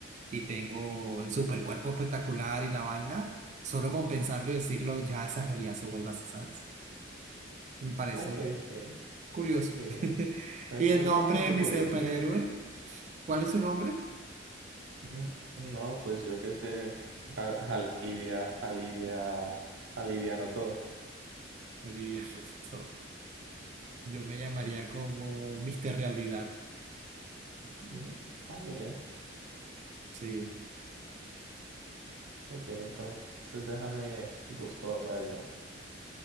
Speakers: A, on the right; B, on the right.
A: y tengo el supercuerpo espectacular y la vaina, solo con pensarlo y decirlo, ya esa realidad se vuelve así, ¿sabes? Me parece
B: Ok, sí.
A: curioso.
B: Sí,
A: <laughs>
B: Es,
A: ¿Y el
B: es
A: nombre
B: bastante
A: de mi
B: curioso.
A: superhéroe? ¿Cuál es su nombre?
B: Mm, No, pues yo qué sé, a- alivia, alivia, aliviano todo.
A: Olivia Stone. Yo me llamaría como Mister Realidad.
B: Mm, Va bien,
A: Sí.
B: ok, entonces déjame busco ahora yo.